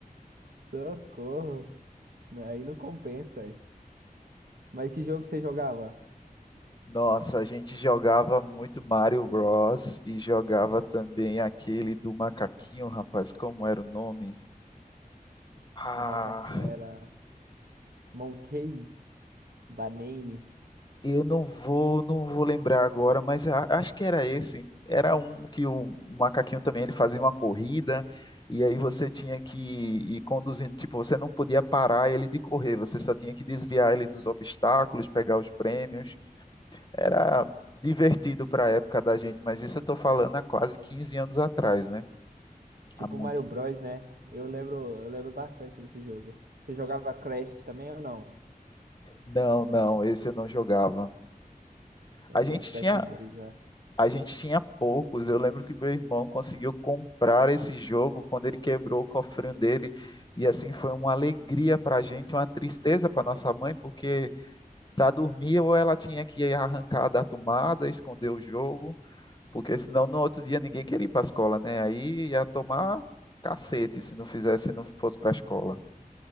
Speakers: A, on the right (about 85°); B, on the left (about 30°).
A: Socorro. Aí não compensa aí. Mas que jogo você jogava?
B: Nossa, a gente jogava muito Mario Bros. e jogava também aquele do macaquinho, rapaz, como era o nome? Ah.
A: Do macaquinho era Monkey Banane?
B: Eu não vou, não vou lembrar agora, mas a- acho que era esse. Era um que o macaquinho também ele fazia uma corrida e aí você tinha que ir conduzindo, tipo, você não podia parar ele de correr, você só tinha que desviar ele dos obstáculos, pegar os prêmios. Era divertido para a época da gente, mas isso eu estou falando há quase 15 anos atrás, né?
A: Tipo
B: Há muito
A: Mario Bros,
B: tempo.
A: né? Eu lembro, eu lembro bastante desse jogo. Você jogava Crash também ou não?
B: Não, não, esse eu não jogava.
A: Esse
B: A gente
A: é de PS2,
B: tinha
A: né?
B: A gente tinha poucos. Eu lembro que meu irmão conseguiu comprar esse jogo quando ele quebrou o cofrinho dele. E assim foi uma alegria para a gente, uma tristeza para nossa mãe, porque para dormir ou ela tinha que arrancar da tomada, esconder o jogo, porque senão no outro dia ninguém queria ir para a escola, né? Aí ia tomar cacete se não fizesse, se não fosse para a escola.